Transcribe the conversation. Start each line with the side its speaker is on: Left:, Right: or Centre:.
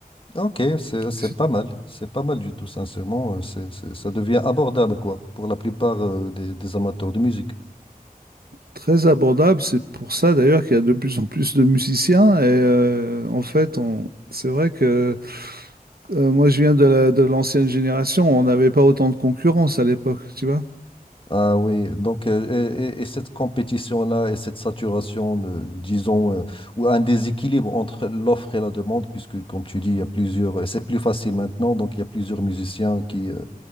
Left: Ok, c'est c'est
Right: C'est
Left: pas mal. C'est pas mal du tout, sincèrement. Euh, c'est- c'est- ça devient abordable quoi pour la plupart euh, des des amateurs de musique.
Right: très abordable. C'est pour ça, d'ailleurs, qu'il y a de plus en plus de musiciens. Et euh, en fait, on, c'est vrai que... Euh, moi, je viens de la- de l'ancienne génération. On n'avait pas autant de concurrence à l'époque, tu vois.
Left: Ah oui, donc euh, et, et- et cette compétition-là et cette saturation, de, disons, euh, ou un déséquilibre entre l'offre et la demande, puisque comme tu dis, il y a plusieurs, c'est plus facile maintenant, donc il y a plusieurs musiciens qui, euh,